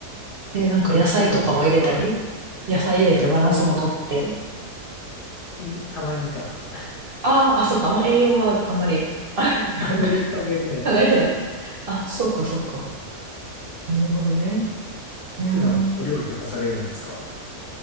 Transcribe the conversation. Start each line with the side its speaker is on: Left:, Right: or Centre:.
Right: ええ、なんか野菜とかも入れたり
Left: え、普段とか、あ、はい。
Right: 野菜入れてバランスもとって。
Left: あ野菜、ん、たまにかな。
Right: ああ、あ、そうか、あんま栄養はあんまり。<laughs>
Left: <laughs> あんまり考えてないかも。
Right: 考えてない。あ、そうか、そうか。なるほどね。うーん。
Left: 普段お料理とかされるんですか